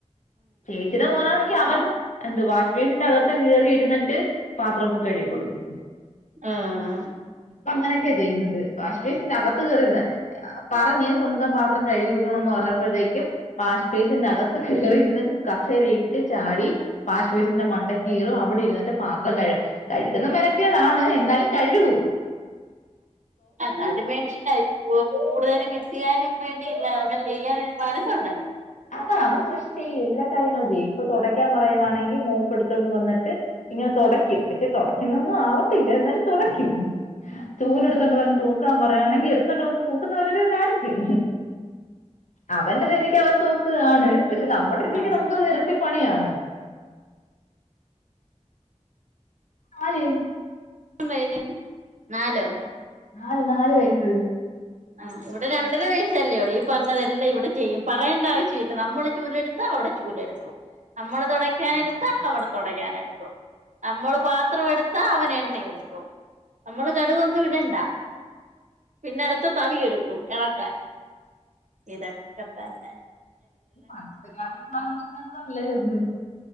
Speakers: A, on the left (about 85°); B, on the right (about 85°).
A: ചേച്ചിന് മോനാണെങ്കിൽ അവൻ
B: ആന്ന്
A: എന്ത് വാശി വീടിന്റെ അകത്ത് കയറിയിരുന്നിട്ട് പാത്രമൊക്കെ കഴുകികൊടുക്കും
B: ആഹ
A: ഇപ്പ അങ്ങനെയൊക്കെയാ ചെയ്യുന്നത് വാഷ് വൈസ്ന്റെ അകത്ത് കയറിഇരുന്ന് പറഞ്ഞ സ്വന്തം പത്രം കഴുകണന്ന് പറഞ്ഞപ്പോഴത്തേക്കും വാഷ്പേസിന്റെ
B: ആഹ്
A: അകത്ത്
B: ആഹ്
A: കയറിയിരുന്ന് കസേര ഇട്ട് ചാടി വാഷ്‌പേസിൻ്റെ മണ്ട കീറ അവിടെ ഇരുന്നിട്ട് പത്രം കഴും കഴിക്കുന്ന മനക്കാണ് <unintelligible> എന്നാലും കഴുകൂ
B: അ അതിനും വേണ്ടില്ല കൂടുതൽ കിട്ടിയാലും വേണ്ടി ല്ല അങ്ങനെ ചെയ്യാനൻഒരു മനസ്സുണ്ടലോ
A: അ അവൻ പക്ഷെ ചെയ്യും എല്ലാ കാര്യങ്ങളും ചെയ്യും ഇപ്പൊ തുടയ്ക്കാൻ പറയുകവാണെങ്കിൽ മോപ്പ്‌ എടുത്തുകൊണ്ട് വന്നിട്ട് ഇങ്ങനെ തുടക്കും പക്ഷെ തുടയ്ക്കുന്നൊന്നും ആവത്തില്ല എന്നാലും തുടക്കും ചൂല് എടുത്തൊണ്ട് വന്നു തൂക്കാൻ പറ എടുത്തണ്ട തൂക്കുന്ന പോലൊ കാണിക്കും അവന്റെരീതിക്ക് അവൻ തുക്ക ആണ് പക്ഷെ നമ്മുടെ രീതിക്ക്
B: ആഹ്
A: നമുക്ക്ത് ഇരട്ടിപ്പണിയാണ് ആല്
B: <unintelligible> ണ്ടായിന്ന നാലോ
A: നാല് നാല് വയസ്സ
B: ആ ഇവിടെ രണ്ടര വയസ്സ് ല്ലേയള്ളൂ. ഈ പറഞ്ഞതെല്ലാം ഇവിടെ ചെയ്യും പറയേണ്ട ആവശ്യമില്ല നമ്മള് ചൂലെടുത്തൽ അവിടെ ചൂലടുക്കും. നമ്മള് തുടക്കാന
A: ആഹ്
B: എടുത്താ അവിടെ തുടക്കാന എടുക്കും നമ്മൾ പാത്രം എടുത്താ അവന എണ്ണ എടുക്കും നമ്മള് കടുകൊന്നും ഇടണ്ട പിന്ന അടുത്ത് തവിയെടുക്കും ഇളക്കാൻ ഇതൊക്കെത്ത
A: പഞ്ഞത്തൊങ്ങന്നല്ലായിരുന്നു